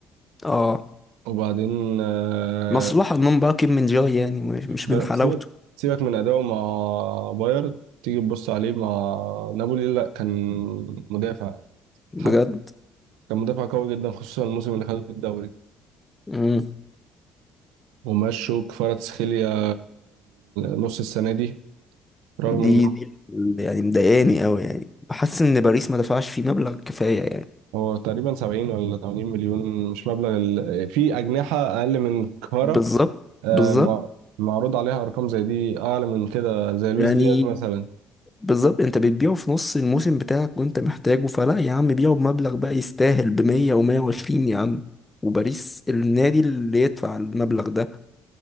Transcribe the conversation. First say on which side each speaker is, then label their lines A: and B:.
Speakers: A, on the left; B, on the right.
A: اه
B: وبعدين آه،
A: مصلحة من باق من جاي يعني مش مش
B: ب-
A: من حلاوته
B: سيبك سيبك من اداؤه مع بايرن تيجي تبص عليه مع نابولي لا كان مدافع
A: بجد
B: حتى كان مدافع قوي جدا خصوصا الموسم اللي خده في الدوري
A: مم.
B: ومشوا كفاراتسخيليا نص السنه دي رغم
A: دي
B: ان
A: دي اللي يعني مضايقاني قوي يعني بحس ان باريس ما دفعش فيه مبلغ كفاية يعني
B: هو تقريبا 70 ولا 80 مليون مش مبلغ ال... في اجنحه اقل من كفارا
A: بالظبط
B: آه،
A: بالظبط
B: م- معروض عليها ارقام زي دي اعلى من كده زي لويس
A: يعني
B: دياز مثلا
A: بالظبط انت بتبيعه في نص الموسم بتاعك وانت محتاجه فلا يا عم بيعه بمبلغ بقى يستاهل ب 100 و120 يا عم وباريس النادي اللي يدفع المبلغ ده